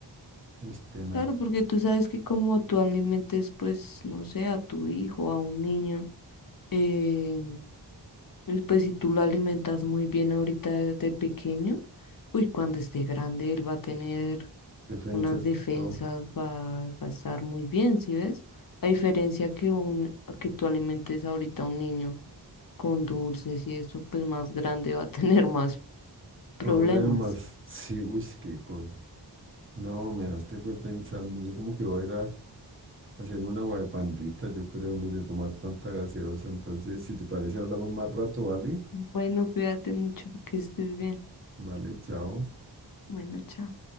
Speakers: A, on the right; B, on the left.
A: uy, tenaz,
B: claro, porque tú sabes que como tú alimentes, pues, no sé, a tu hijo, a un niño. eh, Y pues si tú lo alimentas muy bien ahorita de, de pequeño, uy, cuando esté grande él va a tener
A: defensas
B: unas defensas,
A: y todo.
B: va, va a estar muy bien, ¿sí ves? A diferencia que un, que tú alimentes ahorita a un niño con dulces y eso, pues más grande va a <laughs> tener más problemas.
A: Problemas. Sí, uy, qué cosa. No, me dejaste fue pensando. Yo como que voy a ir a hacerme una agua de pandita, yo creo, en vez de tomar tanta gaseosa. Entonces, si te parece, hablamos más rato, ¿vale?
B: Bueno, cuídate mucho, que estés bien.
A: Vale, chao.
B: Bueno, chao.